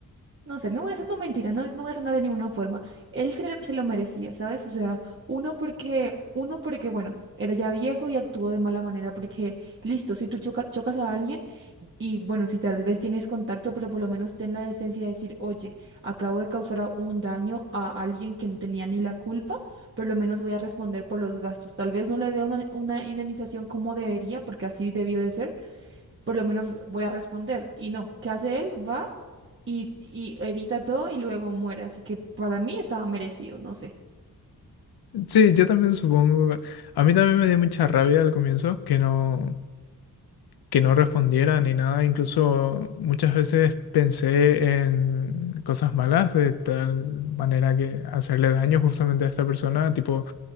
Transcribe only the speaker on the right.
no sé, no voy a, son- no mentira, no, no voy a sonar de ninguna forma. Él se, le- se lo merecía, ¿sabes? O sea, uno porque, uno porque, bueno, era ya viejo y actuó de mala manera, porque, listo, si tú choca- chocas a alguien, Y bueno, si tal vez tienes contacto, pero por lo menos ten la decencia de decir, oye, acabo de causar a- un daño a alguien que no tenía ni la culpa, por lo menos voy a responder por los gastos. Tal vez no le dé una, una indemnización como debería, porque así debió de ser, por lo menos voy a responder. Y no, ¿qué hace él? Va y, y evita todo y luego muere. Así que para mí estaba merecido, no sé.